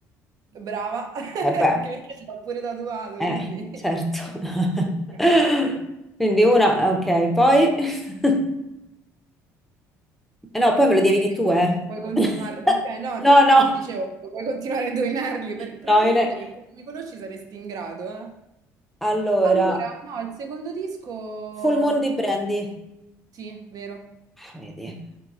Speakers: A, on the right (about 55°); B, in the centre.
A: Brava. <laughs> Anche
B: Eh beh,
A: perché ce l'ho pure tatuato,
B: eh,
A: quindi
B: certo. <laughs>
A: eh, ovvio.
B: Quindi una, ah, ok, poi... <laughs> Eh no, poi me
A: Puoi,
B: lo devi di tu, eh.
A: puoi continuare.
B: <laughs>
A: Ok, no,
B: No,
A: infatti
B: no.
A: dicevo, puoi continuare a indovinarli. per- Probabilmente
B: No, io ne-
A: per come mi conosci saresti in grado, eh.
B: Allora,
A: Allora, no, il secondo disco...
B: Full Moon di Brandy.
A: Sì, vero.
B: Ah, Vedi.